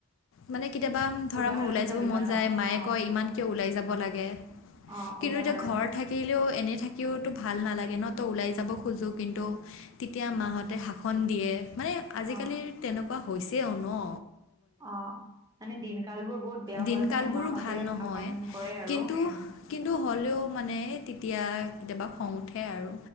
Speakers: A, on the left (about 65°); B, on the right (about 15°).
A: মানে কেতিয়াবা ধৰা
B: উদাহৰণ
A: মোৰ ওলাই
B: এটা
A: যাব
B: দিবা
A: মন
B: ন
A: যায়, মায়ে
B: অ
A: কয় ইমান কিয় ওলাই যাব লাগে?
B: অ
A: কিন্তু
B: উদাহৰণ
A: এতিয়া ঘৰত থাকি থাকিলেও এনে থাকিওতো ভাল নালাগে ন ত ওলাই যাব খোজোঁ কিন্তু তেতিয়া মাহঁতে শাসন দিয়ে মানে আজিকালি
B: অ
A: তেনেকুৱা হৈছেও ন‌।
B: আহ মানে দিনকাল বোৰ বহুত বেয়া
A: দিনকালবোৰো
B: হোৱাৰ কাৰণে মাহঁতে
A: ভাল নহয়
B: শাসন কৰে আৰু
A: কিন্তু
B: উম
A: কিন্তু হ'লেও মানে তেতিয়া কেতিয়াবা খং উঠে আৰু।